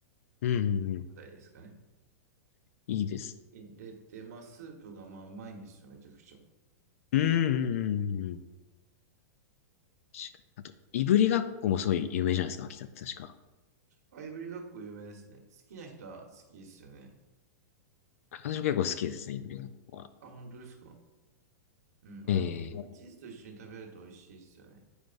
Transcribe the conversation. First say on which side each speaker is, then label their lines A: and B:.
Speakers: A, on the left; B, on the right.
A: うん、うんうん、
B: あたりですかね。
A: いいです。
B: 入れて、まあ、スープがまあ、うまいんですよ、めちゃくちゃ。
A: うん、うん、うんうん。確かに。あと、いぶりがっこもすごい有名じゃないですか、秋田って確か。
B: あ、いぶりがっこ有名ですね。好きな人は好きですよね。
A: 私も結構好きですね、いぶりがっこは。
B: あ、本当ですか。うん、
A: ええ
B: あの、クリームチーズと一緒に食べると美味しいですよね。